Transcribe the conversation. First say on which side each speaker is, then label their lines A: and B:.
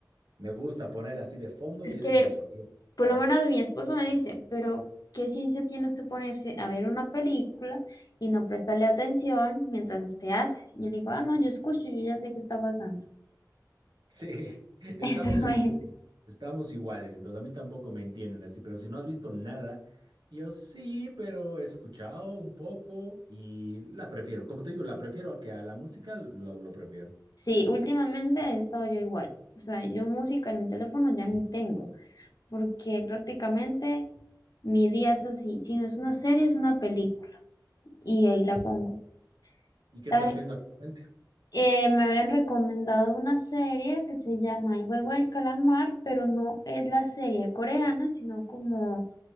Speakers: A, on the right (about 80°); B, on the left (about 60°).
A: Me gusta poner así de fondo
B: Es
A: y
B: que
A: ese es mi sonido. de
B: por
A: Trabajo.
B: lo menos mi esposo me dice, pero ¿qué ciencia tiene usted ponerse a ver una película y no prestarle atención mientras usted hace? Yo le digo, ah, no, yo escucho, yo ya sé qué está pasando.
A: Sí, <laughs> estamos
B: <laughs> Eso
A: en
B: es.
A: lo mismo, estamos iguales, entonces a mí tampoco me entienden así, pero si no has visto nada, yo sí, pero he escuchado un poco y la prefiero, como te digo, la prefiero a que a la música lo, lo prefiero.
B: Sí, últimamente he estado yo igual. O sea, yo música en mi teléfono ya ni tengo, porque prácticamente mi día es así. Si no es una serie, es una película. Y ahí la pongo.
A: ¿Y qué
B: Tan
A: estás viendo actualmente?
B: Eh, me habían recomendado una serie que se llama El juego del calamar, pero no es la serie coreana, sino como